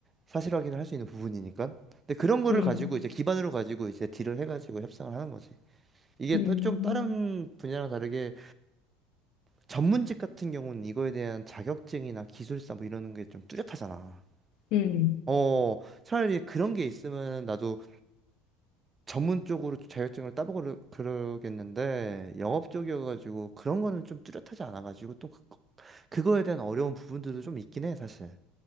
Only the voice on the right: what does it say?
사실 확인을 할 수 있는 부분이니까. 근데 그런 거를
가지고 이제 기반으로 가지고 이제 딜을 해 가지고 협상을 하는 거지. 이게
또 좀 다른 분야랑 다르게 전문직 같은 경우는 이거에 대한 자격증이나 기술사 뭐 이러는 게 좀 뚜렷하잖아.
어, 차라리 그런 게 있으면 나도 전문 쪽으로 자격증을 따보고 그러- 그러겠는데 영업 쪽이어가지고 그런 거는 좀 뚜렷하지 않아가지고 또 그, 그거에 대한 어려운 부분들도 좀 있긴 해 사실